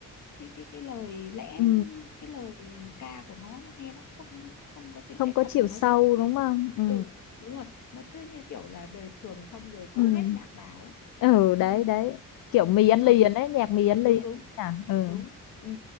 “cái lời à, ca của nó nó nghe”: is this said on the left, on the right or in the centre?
Left